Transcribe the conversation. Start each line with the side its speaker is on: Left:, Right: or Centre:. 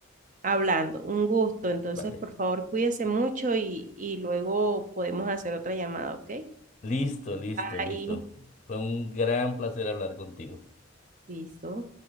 Right: hablando, un gusto, entonces,
Left: Vale.
Right: por favor, cuídese mucho y, y luego podemos hacer otra llamada, ¿ok?
Left: Listo, listo,
Right: Ahí,
Left: listo. Fue un gran placer hablar contigo.
Right: listo.